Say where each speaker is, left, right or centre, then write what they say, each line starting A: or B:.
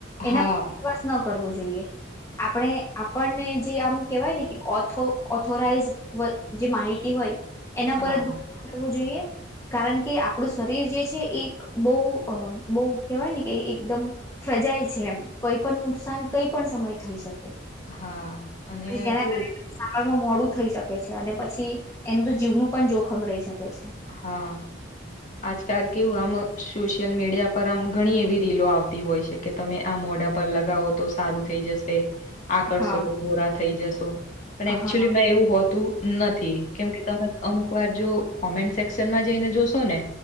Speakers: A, on the left; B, on the left.
A: એના
B: હા
A: પર વિશ્વાસ ના કરવુ જાઈએ આપને આપણે જે આમ કહેવાય ઓથો ઓથોરાઈઝ્ડ જે માહિતી હોય એના પર
B: હા
A: જ ભ કરવું જોઈએ કારણ કે આપણું શરીર જે છે એક બહુ બહુ કેહેવાય ને કે એકદમ સજાયેલ છે એમ કોઈ પણ નુકસાન કઈ પણ સમય થઈ શકે
B: હા અને
A: પછી જેના
B: કેવું
A: કારણે મોડું થઈ શકે છે અને પછી એનું તો જીવનું પણ જોખમ રહી શકે છે
B: હા આજકાલ કેવુ હ સોશિયલ મીડિયા પર આમ ઘણી એવી રીલો આવતી હોય છે કે તમે આ મોઢા પર લગાવો તો સારું થઈ જશે આકર્શો
A: હા
B: તો ગોરા થઈ જશો પણ એકચુલી
A: હા
B: એવું હોતું નથી કેમકે તમે અમુક વાર જો કોમેન્ટ સેક્શનમાં જઈને જોશો ને